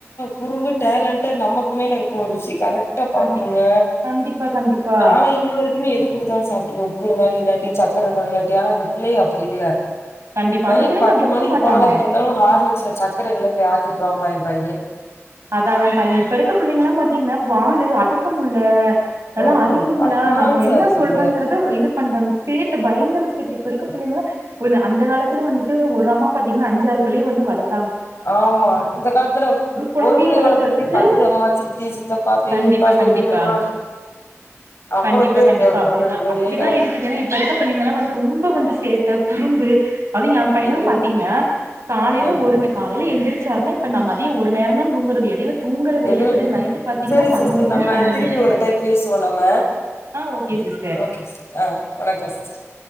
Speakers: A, on the left; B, on the right.
A: குறும்பு டேலண்டட் நமக்கு மேல இருக்கும் ருசி கரெக்ட் ட்டா பாக்குங்க
B: கண்டிப் கண்டிப்பா கண்டிப்பா
A: நாலா இன்ன வரைக்குமே எது குடுத்தாலும் சாப்ட்டுக்குவ உப்பு இருந்தாலும் இல்லாட்டி சக்கர இருந்தாலும் இல்லாட்டி ஆனா இந்த பிள்ளைக அப்படி இல்ல
B: கண்டிப்பா
A: நைட்டு
B: அந்த புள்ளைங்க
A: பத்து
B: அப்டி இருக்க
A: மணிக்கு
B: மாட்டாங்க
A: பாலாத்திட்டு வந்தாலும் ஹார்லிக்ஸ்ல சக்கர இல்ல போய் ஆத்திட்டு வாம்பா என் பையன்
B: அதான் அதான் பாருங்க இப்ப இருக்க பிள்ளைங்க எல்லாம் பாத்தீங்கன்னா வாலு அடக்கம் முல்ல நல்ல
A: ஆமா
B: அறிவுங்களா
A: அட்வான்ஸா
B: நம்ம என்ன
A: இருக்குதுக
B: சொல்றங்கறத இது பண்றாங்க சேட்ட பயங்கர சேட்ட இப்ப இருக்க பிள்ளைங்களா ஒன்னு அந்த காலத்துல வந்துட்டு ஒரு அம்மா பாத்தீங்கன்னா அஞ்சாறு பிள்ளய வந்து வளத்
A: ஆமா இந்த காலத்துல
B: கொழந்தைய
A: ஒரு புள்ளய
B: வளக்கறதுக்கு
A: வளத்தறதுக்கே பத்து அம்மா சித்தி சித்தப்பா பெரியப்பா
B: கண்டிப்பா
A: பெரியம்மா
B: கண்டிப்பா
A: அவ்ளோ
B: கண்டிப்பா
A: பேரு
B: கண்டிப்பா
A: தேவைப்படுறாங்க
B: அப்படிதா அப்படிதா
A: ஏன்னா
B: ஏன்னா இப்ப இருக்க பிள்ளைங்க எல்லா வந்து ரொம்ப வந்து சேட்டை குறும்பு அது என் பையன
A: எல்ல
B: பாத்தீங்கன்னா காலையில
A: அ
B: ஒருன்னு காலையில எந்திரிச்சாருன்னா இப்ப நம்ம மதியம் ஒரு நேர தா தூங்குறது எடயில தூங்குற வேலையே
A: எதில்
B: கிடையாது நைட்டு பாத்தீங்கன்னா
A: செரி
B: பதினோரு
A: சிஸ்டர்
B: மணி
A: நம்ம
B: பன்ரெண்டு
A: திருப்பி
B: மணியா
A: ஒரு
B: இருக்கு
A: டைம் பேசுவோ நம்ம
B: ஆ ஓகே சிஸ்டர்
A: ஓகே ஆ வணக்கம் சிஸ்டர்